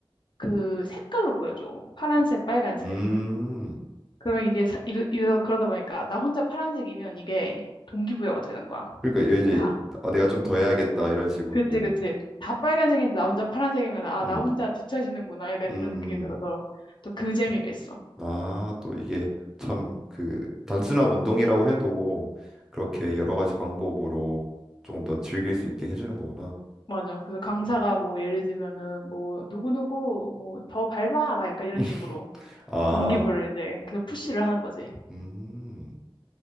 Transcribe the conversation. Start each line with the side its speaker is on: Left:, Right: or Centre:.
Left: 그 색깔로 보여줘. 파란색, 빨간색.
Centre: 음,
Left: 그 이게 사- 이러, 이러, 그러다 보니까 나 혼자 파란색이면 이게 동기부여가 되는 거야.
Centre: 그러니까 이제
Left: 다.
Centre: 어, 내가 좀 더 해야겠다 이런 식으로,
Left: 그치, 그치. 다 빨간색인데 나 혼자 파란색이면 아,
Centre: 음,
Left: 나 혼자 뒤처지는구나. 약간
Centre: 음,
Left: 이런 느낌이 들어서 또 그 재미가 있어.
Centre: 아, 또 이게 참 그 단순한 운동이라고 해도 그렇게 여러 가지 방법으로 조금 더 즐길 수 있게 해주는 거구나.
Left: 맞아. 그래서 강사가
Centre: 음.
Left: 뭐 예를 들면은 뭐 누구누구 뭐 더 밟아. 막 약간
Centre: <laughs>
Left: 이런 식으로
Centre: 아,
Left: 동기부여를 이제 계속 푸시를 하는 거지.
Centre: 음,